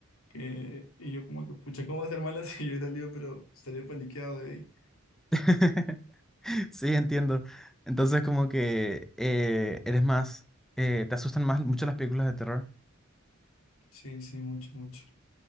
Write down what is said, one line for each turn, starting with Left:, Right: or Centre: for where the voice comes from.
Left: que- y yo como que, pucha, ¿cómo va a ser mala <laughs> si yo he salido, pero salió paniqueado de ahí?
Centre: <laughs> Sí, entiendo. Entonces, como que eh, eres más, eh, te asustan más mucho las películas de terror.
Left: Sí, sí, mucho, mucho.